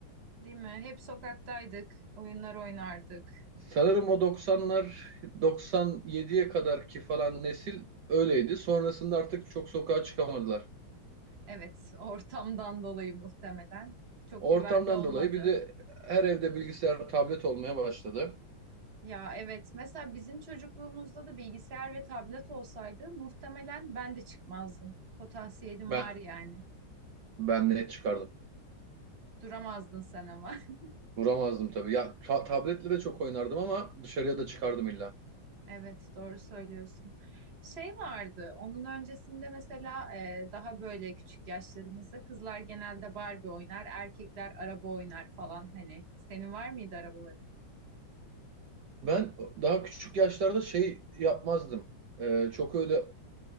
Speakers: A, on the right (about 40°); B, on the right (about 70°).
A: Değil mi? Hep sokaktaydık. Oyunlar oynardık.
B: Sanırım o 90'lar 97'ye kadarki falan nesil öyleydi. Sonrasında artık çok sokağa çıkamadılar.
A: Evet, ortamdan dolayı muhtemelen. Çok
B: Ortamdan
A: güvenli olmadı.
B: dolayı bir de her evde bilgisayar, tablet olmaya başladı.
A: Ya evet mesela bizim çocukluğumuzda da bilgisayar ve tablet olsaydı muhtemelen ben de çıkmazdım. Potansiyelim
B: Ben
A: var yani.
B: ben net çıkardım.
A: Duramazdın sen ama. <laughs>
B: Duramazdım tabii. Ya ta- tabletle de çok oynardım ama dışarıya da çıkardım illa.
A: Evet doğru söylüyorsun. Şey vardı onun öncesinde mesela e, daha böyle küçük yaşlarımızda kızlar genelde Barbie oynar, erkekler araba oynar falan hani. Senin var mıydı arabaları?
B: Ben daha küçük yaşlarda şey yapmazdım. Ee, çok öyle